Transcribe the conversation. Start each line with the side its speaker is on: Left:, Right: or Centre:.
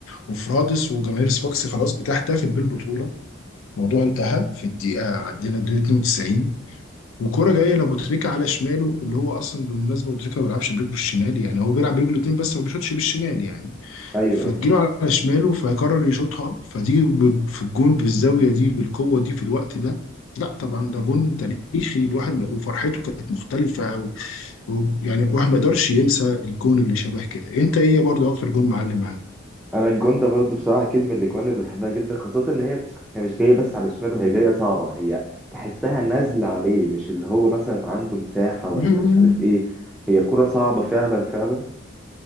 Left: وفرادس وجماهير سفاكس خلاص بتحتفل بالبطوله الموضوع انتهى في الدقيقه عدينا الدقيقه 92 وكرة جايه لابو تريكة على شماله اللي هو اصلا بالمناسبه ابو تريكة ما بيلعبش برجله الشمال يعني هو بيلعب برجله اتنين بس ما بيشوطش بالشمال يعني
Centre: ايوه
Left: فتجيله
Centre: ايوه
Left: على شماله فيقرر يشوطها فتيجي ب- في الجون بالزاويه دي بالقوه دي في الوقت ده لا طبعا ده جون تاريخي الواحد وفرحته كانت مختلفه و... و... يعني الواحد ما يقدرش ينسى الجون اللي شبه كده انت ايه برضو اكتر جون معلم معاك
Centre: انا الجون ده برضو بصراحه اكيد من الاجوان اللي بحبها جدا خاصه ان هي هي مش جايه بس على الشمال وهي جايه صعبه هي تحسها نازله عليه مش اللي هو مثلا عنده مساحه ولا
Left: مم.
Centre: مش عارف ايه هي كره صعبه فعلا فعلا